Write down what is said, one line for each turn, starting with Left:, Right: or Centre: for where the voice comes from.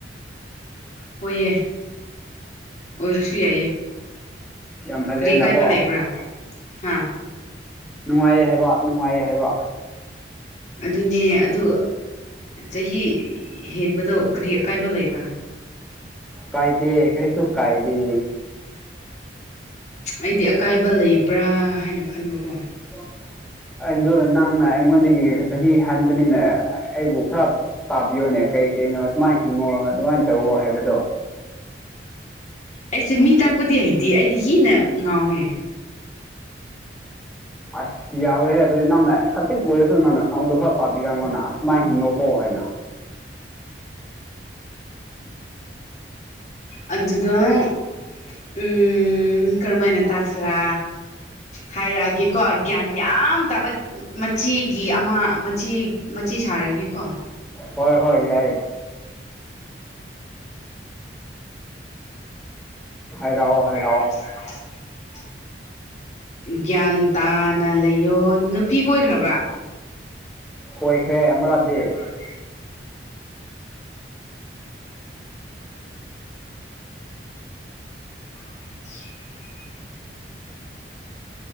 Left: ꯍꯣꯏꯌꯦ ꯑꯣꯏꯔꯁꯨ ꯌꯥꯏꯌꯦ
Centre: ꯌꯥꯝ ꯐꯖꯩꯌꯦꯅꯀꯣ
Left: ꯀꯔꯤ ꯀꯥꯏꯕ ꯂꯩꯕ꯭ꯔꯥ ꯍꯥ
Centre: ꯅꯨꯡꯉꯥꯏꯌꯦ ꯍꯥꯏꯕ ꯅꯨꯡꯉꯥꯏꯌꯦ ꯍꯥꯏꯕ
Left: ꯑꯗꯨꯅꯦ ꯑꯗꯨ ꯆꯍꯤ ꯍꯦꯟꯕꯗꯣ ꯀꯔꯤ ꯑꯀꯥꯏꯕ ꯂꯩꯕ꯭ꯔꯥ
Centre: ꯀꯥꯏꯗꯦ ꯀꯔꯤꯁꯨ ꯀꯥꯏꯗꯦ
Left: ꯑꯩꯗꯤ ꯑꯀꯥꯏꯕ ꯂꯩꯕ꯭ꯔꯥ ꯍꯥꯏꯅ ꯈꯟꯕꯀꯣ
Centre: ꯑ <inaudible> ꯑꯗꯣ ꯅꯪꯅ ꯑꯩꯉꯣꯟꯗꯒꯤ ꯆꯍꯤ ꯍꯟꯕꯅꯤꯅ ꯑꯩꯕꯨ ꯈꯔ ꯇꯥꯕꯤꯌꯣꯅꯦ ꯀꯩ ꯀꯩꯅꯣ ꯁꯨꯃꯥꯏꯅ ꯍꯤꯡꯉꯣ ꯑꯗꯨꯃꯥꯏꯅ ꯇꯧꯋꯣ ꯍꯥꯏꯕꯗꯣ
Left: ꯑꯩꯁꯦ ꯃꯤ ꯇꯥꯛꯄꯗꯤ ꯍꯩꯇꯤꯌꯦ ꯑꯩꯗꯤ ꯍꯤꯅ ꯉꯥꯎꯋꯦ
Centre: ꯑꯁ ꯌꯥꯔꯣꯢꯍꯦ ꯑꯗꯣ ꯅꯪꯅ ꯈꯛꯇꯪ ꯑꯣꯏꯔꯁꯨ ꯅꯪꯅ ꯈꯪꯕꯗꯣ ꯈꯔ ꯄꯥꯕꯤꯔꯝꯃꯣꯅ ꯁꯨꯃꯥꯏꯅ ꯍꯤꯡꯉꯣꯀꯣ ꯍꯥꯏꯅ
Left: ꯑꯗꯨꯗ <inaudible> ꯎꯝ ꯀꯔꯝꯃꯥꯏꯅ ꯇꯥꯛꯁꯤꯔꯥ ꯍꯥꯏꯔꯛꯑꯒꯦꯀꯣ ꯒ꯭ꯌꯥꯟ ꯌꯥꯝꯅ ꯇꯥꯕ ꯃꯆꯦꯒꯤ ꯑꯃ ꯃꯆꯦ ꯃꯆꯦ ꯁꯥꯔꯒꯦꯀꯣ
Centre: ꯍꯣꯏ ꯍꯣꯏ ꯌꯥꯏ ꯍꯥꯏꯔꯛꯑꯣ ꯍꯥꯏꯔꯛꯑꯣ
Left: ꯍꯥꯏꯔꯥꯎꯣ ꯍꯥꯏꯔꯥꯎꯣ <inaudible> ꯒ꯭ꯌꯥꯟ ꯇꯥꯅ ꯂꯩꯌꯣ ꯅꯨꯄꯤ ꯀꯣꯏꯈ꯭ꯔꯕ꯭ꯔꯥ
Centre: ꯀꯣꯏꯈ꯭ꯔꯦ ꯑꯃꯔꯗꯤ
Left: ꯗꯦ <inaudible> <inaudible>